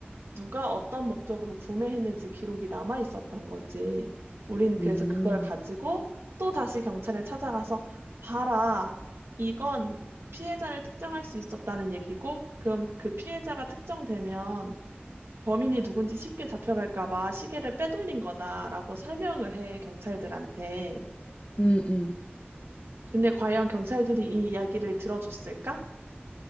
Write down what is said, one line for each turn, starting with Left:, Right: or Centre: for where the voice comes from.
Right: 누가 어떤 목적으로 구매했는지 기록이 남아 있었던 거지. 우린
Left: 음,
Right: 그래서 그걸 가지고 또 다시 경찰에 찾아가서 봐라. 이건 피해자를 특정할 수 있었다는 얘기고, 그럼 그 피해자가 특정되면 범인이 누군지 쉽게 잡혀갈까 봐 시계를 빼돌린 거다라고 설명을 해, 경찰들한테.
Left: 음, 음.
Right: 근데 과연 경찰들이 이 이야기를 들어줬을까?